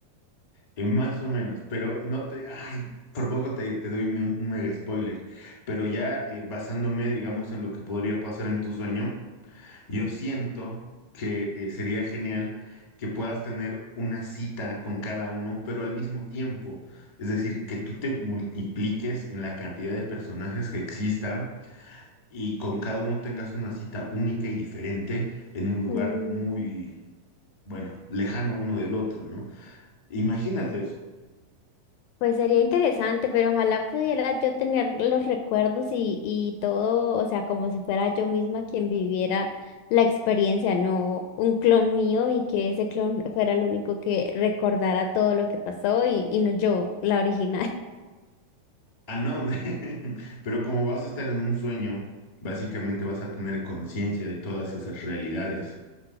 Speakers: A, on the left (about 20°); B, on the left (about 80°).
A: Eh, Más o menos, pero no te, ay, por poco te, te doy me- un mega spoiler, pero ya eh, basándome, digamos, en lo que podría pasar en tu sueño, yo siento que eh, sería genial que puedas tener una cita con cada uno, pero al mismo tiempo, es decir, que tú te multipliques en la cantidad de personajes que existan y con cada uno tengas una cita única y diferente en un lugar
B: Mm,
A: muy, bueno, lejano uno del otro, ¿no? Imagínate eso.
B: pues sería interesante, pero ojalá pudiera yo tener los recuerdos y, y todo, o sea, como si fuera yo misma quien viviera la experiencia, no un clon mío y que ese clon fuera el único que recordara todo lo que pasó y, y no yo, la original.
A: Ah, no, <laughs> pero como vas a estar en un sueño, básicamente vas a tener conciencia de todas esas realidades,